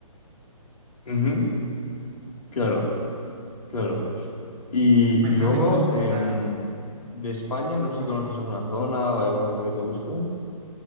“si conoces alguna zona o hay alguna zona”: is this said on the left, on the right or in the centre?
Left